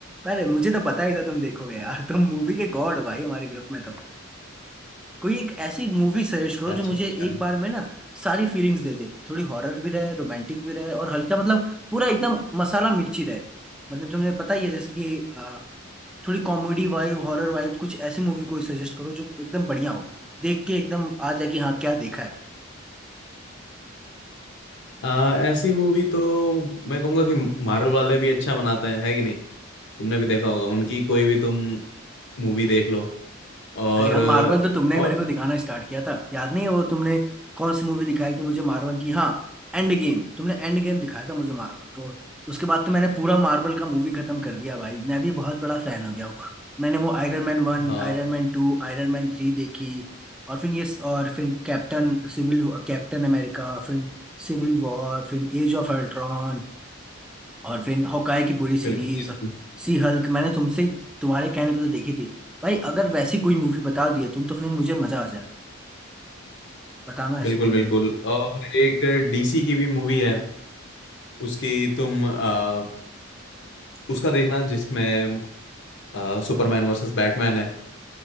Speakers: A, in the centre; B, on the left.
A: अरे मुझे तो पता ही था तुम देखोगे यार <laughs> तुम मूवी के गॉड हो भाई हमारे ग्रुप में तो। कोई एक ऐसी मूवी सजेस्ट करो
B: अच्छा
A: जो मुझे
B: अच्छा
A: एक बार में ना सारी फीलिंग्स दे दे थोड़ी हॉरर भी रहे रोमांटिक भी रहे और हल्का मतलब पूरा एकदम मसाला मिर्ची रहे मतलब तुम्हें पता ही है जैसे कि आ, थोड़ी कॉमेडी वाइब हॉरर वाइब कुछ ऐसी मूवी कोई सजेस्ट करो जो एकदम बढ़िया हो देख के एकदम आ जाए कि हाँ क्या देखा है
B: आ, ऐसी मूवी तो मैं कहूंगा कि मार्वल वाले भी अच्छा बनाते हैं है कि नहीं तुमने भी देखा होगा उनकी कोई भी तुम मूवी देख लो और
A: अरे यार मार्वल तो तुमने
B: और
A: ही मेरे को दिखाना स्टार्ट किया था याद नहीं है वो तुमने कौन सी मूवी दिखाई थी मुझे मार्वल की हाँ एंड गेम तुमने एंड गेम दिखाया था मुझे मार्वल तो उसके बाद तो मैंने पूरा मार्वल का मूवी खत्म कर दिया भाई मैं भी बहुत बड़ा फैन हो गया हूँ मैंने वो Iron Man one
B: हाँ
A: Iron Man two Iron Man three देखी और फिर ये और फिर कैप्टन सिविल कैप्टन अमेरिका फिर सिविल वॉर फिर एज ऑफ अल्ट्रॉन और फिर हॉकाई की पूरी सीरीज
B: बिल्कुल बिल्कुल
A: सी हल्क मैंने तुमसे तुम्हारे कहने पे तो देखी थी भाई अगर वैसी कोई मूवी बता दिए तुम तो फिर मुझे मजा आ जाएगा बताना
B: बिल्कुल
A: ऐसी कोई
B: बिल्कुल
A: मूवी
B: और एक डीसी की भी मूवी है उसकी तुम आ, उसका देखना जिसमें आ, सुपरमैन वर्सेस बैटमैन है